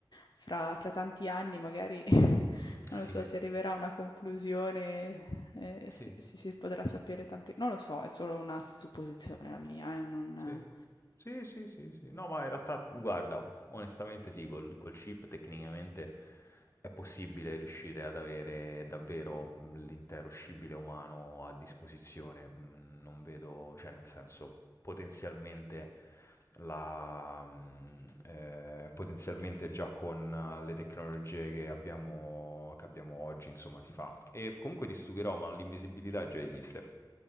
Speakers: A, on the left; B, on the left.
A: fra,
B: Sì,
A: fra tanti anni, magari <laughs> non
B: sì,
A: lo so, si arriverà a una conclusione, eh, si,
B: sì.
A: si- si potrà sapere tante... Non lo so, è solo una supposizione la mia, eh, non...
B: Sì. Sì, sì, sì, sì. No, ma in realtà, guarda, onestamente sì, col, col chip tecnicamente è possibile riuscire ad avere davvero mh, l'intero scibile umano a disposizione. Mh, Non vedo, cioè, nel senso, potenzialmente la, mh, eh, potenzialmente già con eh, le tecnologie che abbiamo, che abbiamo oggi, insomma, si fa. E comunque ti stupirò, ma l'invisibilità già esiste.